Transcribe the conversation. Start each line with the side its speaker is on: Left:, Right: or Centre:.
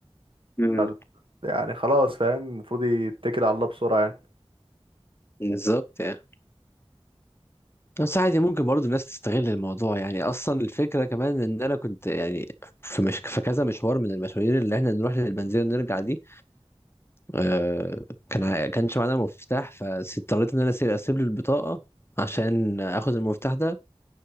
Left: مم.
Right: فال- يعني خلاص فاهم المفروض يتكل على الله بسرعة يعني
Left: بالظبط يعني بس عادي ممكن برضو الناس تستغل الموضوع يعني اصلا الفكره كمان ان انا كنت يعني في مش في كذا مشوار من المشاوير اللي احنا نروح للبنزينه ونرجع دي آه كان ع- كانش معانا مفتاح فاضطريت ان انا أسيب اسيب له البطاقه عشان اخد المفتاح ده